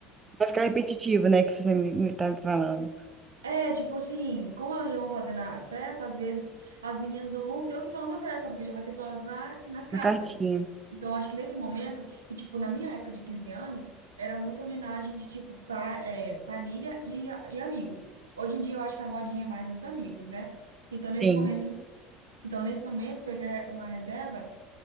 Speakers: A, on the right; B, on the right.
A: Vai ficar repetitivo, né, que você me, me tá me falando.
B: É, tipo assim, como elas já vão fazer na festa, às vezes as meninas não vão ter o que falar na festa, porque já vai ter falado na- nas cartas.
A: Uma cartinha.
B: Então, acho que nesse momento, e tipo, na minha época de 15 anos, era muita homenagem de tipo, pa- é, família e, e amigos. Hoje em dia, eu acho que a modinha é mais os amigos, né? Então, nesse
A: Sim.
B: momento, então, nesse momento, pegar uma reserva